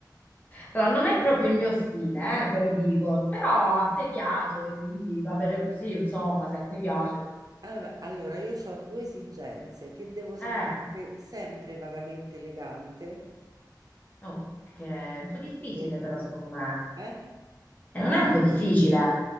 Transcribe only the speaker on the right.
Ah, vabbè, Allora, io ho due esigenze, che devo sembrare
sempre vagamente elegante.
Elegante,
eh?